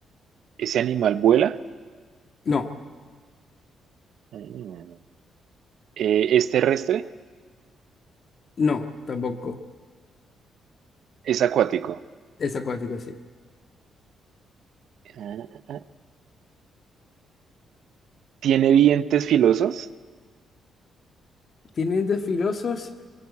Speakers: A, on the right; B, on the left.
A: ¿Ese animal vuela?
B: No,
A: Mm. Eh, ¿es terrestre?
B: no, tampoco.
A: ¿Es acuático?
B: Es acuático, sí.
A: Mm. ¿Tiene dientes filosos?
B: ¿Tiene dientes filosos?